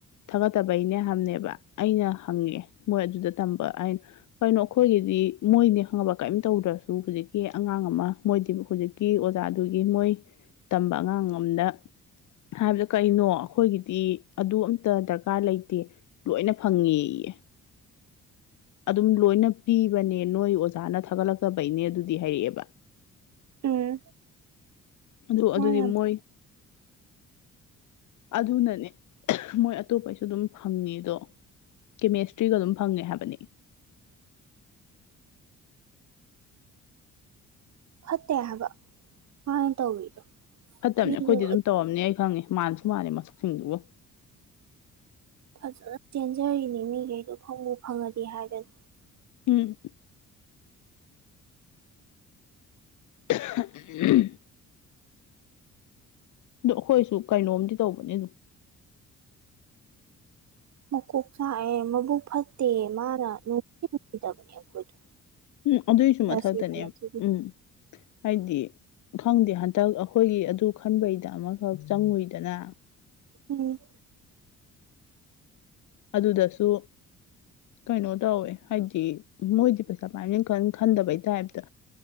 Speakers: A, on the left; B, on the right.
A: ꯊꯥꯒꯠꯇꯕꯩꯅꯦ ꯍꯕꯅꯦꯕ ꯑꯩꯅ ꯍꯪꯉꯦ ꯃꯣꯏ ꯑꯗꯨꯗ ꯇꯝꯕ ꯑꯩ ꯀꯩꯅꯣ ꯑꯩꯈꯣꯏꯒꯤꯗꯤ ꯃꯣꯏꯅꯤ ꯈꯪꯉꯕ ꯀꯌꯤꯝ ꯇꯧꯗ꯭ꯔꯁꯨ ꯍꯧꯖꯤꯛ ꯀꯤ ꯑꯉꯥꯡ ꯑꯃ ꯃꯣꯏꯗꯤ ꯍꯧꯖꯤꯛꯀꯤ ꯑꯣꯖꯥꯗꯨꯒꯤ ꯃꯣꯏ ꯇꯝꯕ ꯑꯉꯥꯡ ꯑꯝꯗ ꯍꯥꯏꯕꯗ ꯀꯩꯅꯣ ꯑꯩꯈꯣꯏꯒꯤꯗꯤ ꯑꯗꯨ ꯑꯝꯇ ꯗꯔꯀꯥꯔ ꯂꯩꯇꯦ ꯂꯣꯏꯅ ꯐꯪꯉꯦꯌꯦ ꯑꯗꯨꯝ ꯂꯣꯏꯅ ꯄꯤꯕꯅꯦ ꯅꯣꯏ ꯑꯣꯖꯥꯅ ꯊꯥꯒꯠꯂꯛꯇꯕꯩꯅꯦ ꯑꯗꯨꯗꯤ ꯍꯥꯏꯔꯛꯑꯦꯕ
B: ꯎꯝ
A: ꯑꯗꯨ
B: ꯃꯥ
A: ꯑꯗꯨꯗꯤ
B: ꯌꯥꯝ
A: ꯃꯣꯏ ꯑꯗꯨꯅꯅꯦ ꯃꯣꯏ ꯑꯇꯣꯞꯄꯩꯁꯨ ꯑꯗꯨꯝ ꯐꯪꯉꯤꯗꯣ ꯀꯦꯃꯦꯁꯇ꯭ꯔꯤꯒ ꯑꯗꯨꯝ ꯐꯪꯉꯦ ꯍꯥꯏꯕꯅꯤ
B: ꯐꯠꯇꯦ ꯍꯥꯏꯕ ꯃꯥꯅ ꯇꯧꯔꯤꯗꯣ
A: ꯐꯠꯇꯕꯅꯦ
B: ꯃꯤꯗꯨ
A: ꯑꯩꯈꯣꯏꯗꯤ ꯑꯗꯨꯝ ꯇꯧꯔꯝꯅꯤ ꯑꯩ ꯈꯪꯉꯦ ꯃꯥꯟꯖꯨ ꯃꯥꯜꯂꯦ ꯃꯁꯛꯁꯤꯡꯗꯨꯕꯨ
B: ꯐꯖꯅ ꯆꯦꯟꯖꯔꯤꯅꯤ ꯃꯤꯒꯩꯗꯣ ꯐꯪꯕꯨ ꯐꯪꯉꯗꯤ ꯍꯥꯏꯗꯅ
A: ꯎꯝ <unintelligible> ꯑꯗꯣ ꯑꯩꯈꯣꯏꯁꯨ ꯀꯩꯅꯣꯝꯗꯤ ꯇꯧꯕꯅꯦ ꯑꯗꯨꯝ
B: ꯃꯀꯣꯛ ꯆꯥꯛꯑꯦ ꯃꯕꯨꯛ ꯐꯠꯇꯦ ꯃꯥꯅ ꯅꯨꯡꯁꯨ ꯅꯨꯡꯗꯕꯅꯦ ꯑꯩꯈꯣꯏꯗꯣ
A: ꯎꯝ ꯑꯗꯨꯏꯁꯨ
B: ꯇꯁꯦꯡꯅ
A: ꯃꯊꯛꯇꯅꯦ
B: ꯃꯆꯨꯗꯤ
A: ꯎꯝ ꯍꯥꯏꯗꯤ ꯈꯪꯗꯦ ꯍꯟꯇꯛ ꯑꯩꯈꯣꯏꯒꯤ ꯑꯗꯨ ꯈꯟꯕꯩꯗ ꯑꯃꯈꯛ ꯆꯪꯉꯨꯏꯗꯅ
B: ꯎꯝ
A: ꯑꯗꯨꯗꯁꯨ ꯀꯩꯅꯣ ꯇꯧꯋꯦ ꯍꯥꯏꯗꯤ ꯃꯣꯏꯗꯤ ꯄꯩꯁꯥ ꯄꯥꯏꯝꯅꯤꯅ ꯀꯌꯤꯝ ꯈꯟꯗꯕꯩ ꯇꯥꯏꯞꯇ